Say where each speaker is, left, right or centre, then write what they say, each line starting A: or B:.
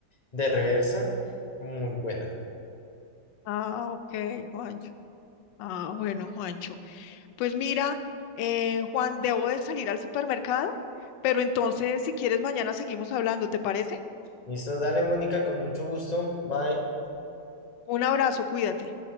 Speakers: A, on the left; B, on the left.
A: de reversa, muy buena.
B: Ah, ok, Juancho. Ah, bueno, Juancho. Pues mira, eh, Juan, debo de salir al supermercado, pero entonces si quieres mañana seguimos hablando, ¿te parece?
A: Listo, dale Mónica, con mucho gusto. Bye.
B: Un abrazo, cuídate.